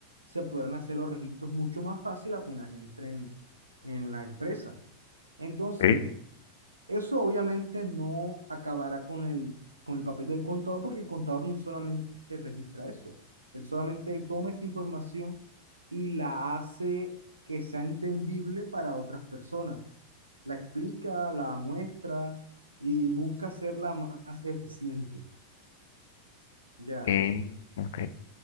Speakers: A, on the right; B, on the left.
A: se podrán hacer los registros mucho más fácil apenas entren en la empresa. Entonces,
B: Ok,
A: eso obviamente no acabará con el, con el papel del contador, porque el contador no solamente registra eso, él solamente él toma esa información y la hace que sea entendible para otras personas la explica, la muestra y busca hacerla más eficiente, ya.
B: ok, ok.